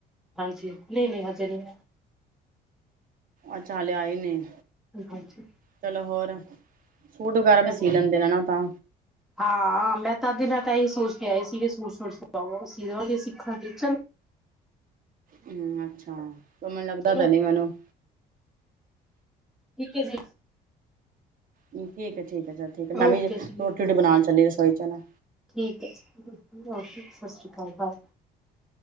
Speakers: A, in the centre; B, on the right.
A: ਹਾਂਜੀ ਨਈਂ ਨਈਂ ਹਜੇ ਨਈਂ
B: ਅੱਛਾ ਹਾਲੇ ਆਏ ਨੀਂ।
A: ਆਈ। ਹਾਂਜੀ
B: ਚਲੋ ਹੋਰ ਸੂਟ ਵਗੈਰਾ
A: ਚਲੋ
B: ਵੀ ਸੀ ਲੈਂਦੇ ਨੇ ਨਾ ਤਾਂ
A: ਹਾਂ ਮੈਂ ਤਦ ਮੈਂ ਤਾਂ ਇਹੀ ਸੋਚ ਕੇ ਆਈ ਸੀ ਕਿ ਸੂਟ ਸੁਟ ਸੁਵਾਵ ਅਸੀ ਦੇਵਾਂਗੇ ਸਿੱਖਾਂ ਟੀਚ
B: ਹਂ, ਅੱਛਾ ਮੈਨੂੰ ਲੱਗਦਾ
A: ਚਲੋ
B: ਤੇ ਨੀਂ ਮੈਨੂੰ
A: ਠੀਕ ਹੈ ਜੀ।
B: ਹਂ, ਠੀਕ ਐ, ਠੀਕ ਐ। ਠੀਕ ਐ, ਠੀਕ ਐ। ਮੈਂ
A: ਓਕੇ
B: ਨੀਂ
A: ਜੀ
B: ਰੋਟੀ ਰੂਟੀ ਬਣਾਣ ਚਲੀਸੁ ਸੌਜਨਾ
A: ਠੀਕ ਹੈ ਓਕੇ ਸਤਿ ਸ਼੍ਰੀ ਅਕਾਲ ਬਾਏ